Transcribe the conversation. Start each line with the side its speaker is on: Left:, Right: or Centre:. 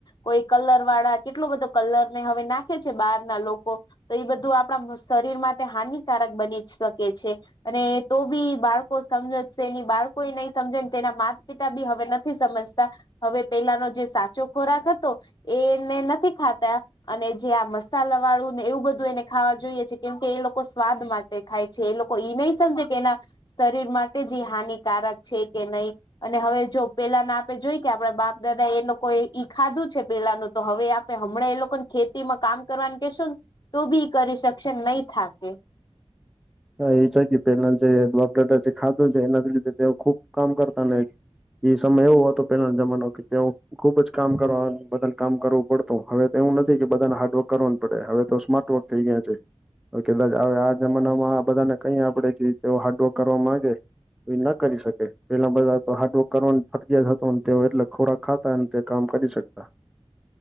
Left: કોઈ કલર વાળા કેટલો બધો કલર ને હવે નાખે છે બહાર ના લોકો. તો એ બધું આપણા મસ્ શરીરમાટે હાનિકારક બની ત્ શકે છે. અને તો બી બાળકો સમજજશે ની બાળકોય નહી સમજેન તેના માતા પિત તાબી હવે નથી સમજતા હવે પેલાનો જે સાચો ખોરાક હતો એને નથી ખાતા. અને જે આ મસાલા વાળું ને એવું બધું એને ખાવા જોઈએ છે કેમકે એ લોકો સ્વાદમાંજ દે ખાય છે એ લોકો ઇ નહી સમજે કે એના શરીર માટે જે હાનિકારક છે કે નહીં. અને હવે જો પેલાના આપે જોઈ કે આપણા બાપ દાદાએ લોકોએ ઇ ખાધુ છે પેલાનું તો હવે આપ હમણાં એ લોકો ને ખેતીમાં કામ કરવાનું કેશોન તો બી ઇ કરી શકશેન નહી થાકે.
Centre: એ છે કે પહેલા જે બાપ દાદા ખાધુંન છે એના લીધે તેઓ ખુબ કામ કરતા ને, એ સમય એવો હતો પેલાન જમાનો કે તેઓ ખુબ જ કામ કરવા બદલ કામ કરવું પડતું હવે એવુ નથી કે બધાને હાડવર્ક કરોન <unintelligible> હવે તો સ્માર્ટ વર્ક થઈ ગયા છે <unintelligible> આ-આ જમાનામાં અને કંઇ આપડે કીધ અ હાર્ડવર્ક કરવા માંગે એ ના કરી શકે પેલા બધા તો હાર્ડવર્ક કરવાન <unintelligible> હતુન તેઓ એટલે ખોરાક ખા અન તે કામ કરી શકતા.